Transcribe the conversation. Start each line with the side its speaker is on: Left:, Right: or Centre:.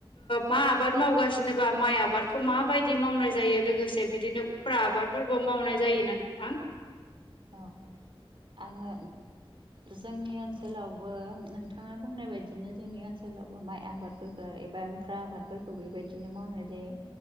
Left: मा आबाद मावगासिनोबा माइ आबादखौ माबायदि मावनाय जायो लोगोसे बिदिनो उफ्रा आबादफोरबो मावनाय जायोना नोंथां?
Right: औ आङो जोंनि ओनसोलावबो नोंथाङा बुंनाय बायदिनो जोंनि ओनसोलावबो माइ आबादफोरखौ एबा उफ्रा आबादफोरखौ बेबायदिनो मावनाय जायो।